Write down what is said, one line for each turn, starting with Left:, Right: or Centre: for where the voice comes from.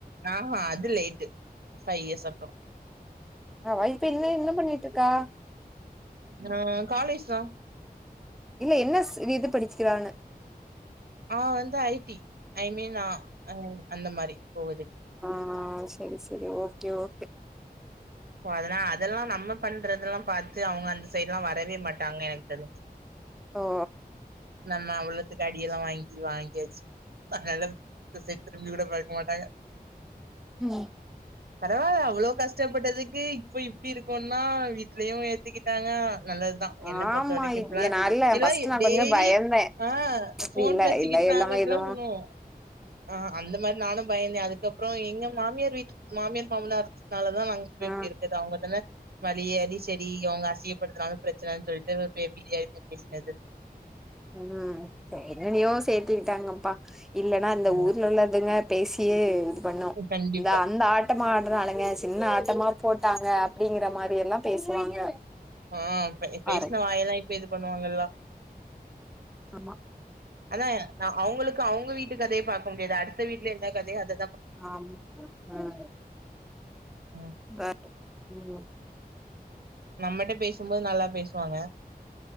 Right: ஆஹ் அது லேட்டு ஃபை இயர்ஸ் அப்றொ
Centre: அவா இப்ப என்ன என்ன பண்ணிட்ருக்கா?
Right: ஆ காலேஜ் தா
Centre: இல்ல என்னஸ் இது படிக்கிறான்னு
Right: அவ வந்து ஐ டி ஐ மீன் ஆ அந்த மாரி போவுது
Centre: ம்‌ செரி செரி ஓகே ஓகே
Right: ஓ அதனா அதல்லா நம்ம பண்றதுல்லா பாத்து அவுங்க அந்த சைட்லா வரவே மாட்டாங்க எனக்கு தெரிஞ்சு
Centre: ஓ
Right: அன்னா அவ்ளத்துக்கு அடியெல்லா வாங்கி வாங்கியாச்சு அனால இந்த சைட் திரும்பி கூட பாக்க மாட்டாங்க
Centre: ம்
Right: பரவால்ல அவ்ளோ கஷ் டப்பட்டது க்கு இப்ப இப்டி இருக்கோன்னா வீட்லயு ஏத்துக்கிட்டாங்க நல்லதுதா
Centre: ஆமா
Right: என்ன பொறுத்த வரைக்கு
Centre: இது
Right: இப்புலா
Centre: நல்ல
Right: எல்லா
Centre: ஃபர்ஸ்ட் நா
Right: டெய்லி
Centre: கொஞ்சோ பயந்தே
Right: ஆ ஃபோன்
Centre: இல்ல
Right: பேசிக்கிட்டு
Centre: இல்ல எல்லாமே
Right: நாங்க இப்புல்லா
Centre: எதுவு
Right: சொன்னோ ஆ அந்த மாரி நானு பயந்தே அதுக்கப்றோ எங்க மாமியார் வீட் மாமியார் மாமனார்னால தா இப்ப
Centre: ஆ
Right: இப்டி இருக்கது அவுங்க தானே வழியேரி சேரி அவுங்க அசிங்கப்படுத்துனாலு பிரச்சன இல்ல சொல்ட்டு <unintelligible> பேசுனது
Centre: ம் சே என்னியோ சேத்துக்கிட்டாங்கப்பா இல்லன்னா இந்த
Right: ம்
Centre: ஊர்ல உள்ளதுங்க பேசியே பண்ணு
Right: கண்டிப்பா
Centre: இந்த அந்த ஆட்டமா ஆட்ட அளங்கன்ஸ் சின்ன ஆட்டமா போட்டாங்க அப்பிடிங்கற மாரி எல்லா பேசுவாங்க
Right: ஆ இப்ப பே பேசின
Centre: பாரு
Right: வாய எல்லா இப்ப இது பண்ணுவாங்கல்லா
Centre: ஆமா
Right: அதா அ அவுங்களுக்கு அவுங்க வீட்டு கதைய பாக்க முடியாது அடுத்த வீட்ல என்ன கதையோ அது
Centre: ஆம் ம்
Right: ம்
Centre: பர் ம்
Right: நம்மட்ட பேசும்போது நல்லா பேசுவாங்க